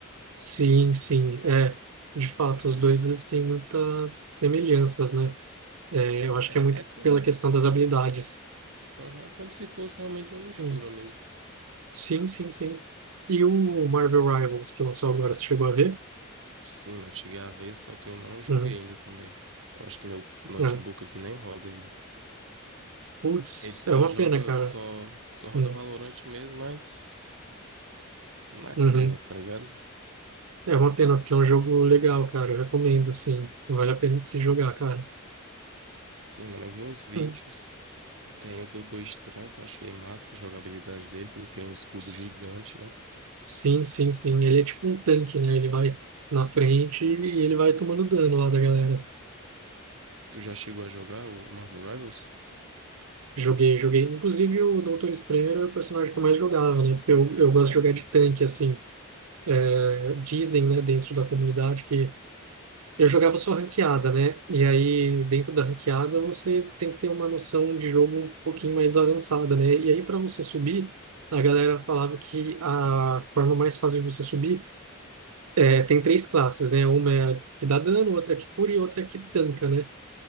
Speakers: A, on the right; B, on the right.
A: Sim, sim, é. De fato, os dois eles têm muitas semelhanças, né? É, eu acho
B: É,
A: que é muito
B: é como,
A: pela questão das habilidades.
B: aham, é como se fosse realmente uma mistura
A: Hum,
B: mesmo.
A: Sim, sim, sim. E o Marvel Rivals que lançou agora, você chegou a ver?
B: Sim, mas cheguei a ver, só que eu não joguei
A: Uhum.
B: ainda também. Eu acho que meu notebook
A: É.
B: aqui nem roda ele.
A: Putz,
B: Ele só
A: é uma
B: joga,
A: pena, cara.
B: só, só roda
A: Uhum.
B: Valorant mesmo, mas naquelas,
A: Uhum.
B: tá ligado?
A: É uma pena, porque é um jogo legal, cara. Eu recomendo, assim. Vale a pena de se jogar, cara.
B: Sim, mano, eu vi uns vídeos.
A: Uhum.
B: Tem o Doutor Estranho, que eu achei massa a jogabilidade dele, que ele cria
A: Uhum.
B: um escudo gigante, né?
A: Sim, sim, sim. Ele é tipo um tanque, né? Ele vai na frente e ele vai tomando dano lá da galera.
B: Tu já chegou a jogar o Marvel Rivals?
A: Joguei, joguei. Inclusive, o Doutor Estranho era o personagem que eu mais jogava, né? Porque eu, eu gosto
B: É?
A: de jogar de tanque, assim. É, dizem, né, dentro da comunidade que eu jogava só ranqueada, né? E aí, dentro da ranqueada, você tem que ter uma noção de jogo um pouquinho mais avançada, né? E aí, para você subir, a galera falava que a forma mais fácil de você subir É, tem três classes, né? Uma é a que dá dano, outra é a que cura e outra é a que tanca, né?